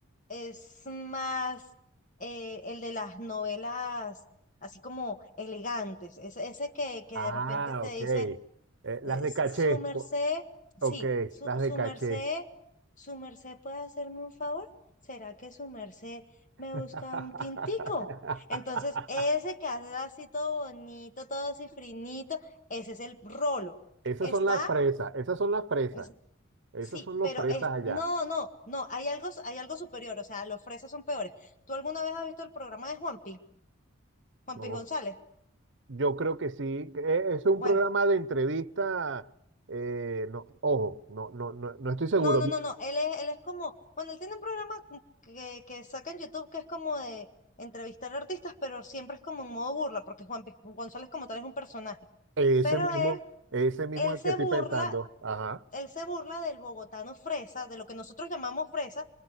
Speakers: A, on the left (about 40°); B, on the right (about 60°).
A: es más eh, el de las novelas, así como elegantes, ese ese que, que
B: Ah,
A: de repente te
B: ok.
A: dice
B: Eh,
A: eh,
B: las de
A: su
B: caché.
A: merced,
B: o- Ok,
A: sí, su,
B: las
A: su
B: de caché.
A: merced, su merced puede hacerme un favor. ¿Será que su merced me
B: <laughs>
A: busca un tintico? Entonces, ese que hace así todo bonito, todo cifrinito, ese es el rolo.
B: Esas
A: Está,
B: son las fresas, esas son las fresas,
A: es-
B: esos
A: sí,
B: son los
A: pero
B: fresas
A: es,
B: allá.
A: no, no, no, hay algo, hay algo superior, o sea, los fresas son peores. ¿Tú alguna vez has visto el programa de Juanpi, Juanpi
B: No,
A: González?
B: yo creo que sí, que e- es un
A: Bueno.
B: programa de entrevista, eh, no, ojo, no, no, no, no estoy seguro.
A: No, no, no, no. Él es, él es como, bueno, él tiene un programa como que, que saca en YouTube que es como de entrevistar artistas, pero siempre es como en modo burla, porque Juan Pi- González como tal es un personaje.
B: Ese
A: Pero
B: mismo,
A: él,
B: ese mismo
A: él
B: es el
A: se
B: que estoy
A: burla,
B: pensando. Ajá.
A: él se burla del bogotano fresa, de lo que nosotros llamamos fresa,